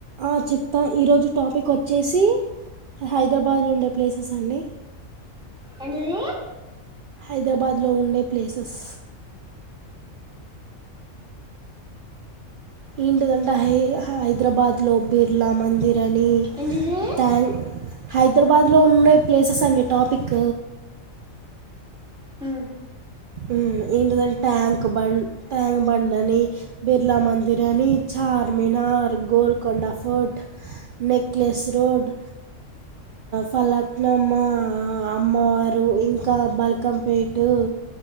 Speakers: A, on the right; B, in the centre.
A: ఆ చెప్తా ఈరోజు టాపిక్ ఓచ్చేసి హైద్రాబాద్లో ఉండే ప్లేసెస్ అండి
B: ఏంటిది
A: హైదరాబాద్లో ఉండే ప్లేసెస్ ఏంటిదంటే హై-హైదరాబాద్లో బిర్లా మందిర్ అని
B: ఏంటిది
A: ట్యాంక్ హైదరాబాద్లో ఉండే ప్లేసెస్ అండి టాపిక్
B: ఉ
A: ఉమ్ ఎంటిదంటే ట్యాంక్ బండ్ ట్యాంక్ బండని బిర్లా మందిరన్ని, Charminar, Golconda Fort Necklace Road Falaknuma అమ్మవారు ఇంకా బల్కంపేటు